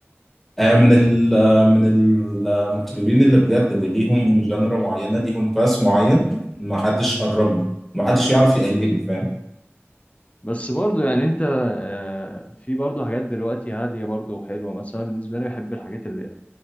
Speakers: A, in the centre; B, on the left.
A: آه من ال آه، من المطربين اللي بجد اللي ليهم جنرا معينه ليهم باس معين ما حدش قرب له ما حدش يعرف يقلده فاهم
B: بس برضو يعني انت آه، في برضو حاجات دلوقتي هاديه برضو وحلوه مثلا بالنسبه لي بحب الحاجات اللي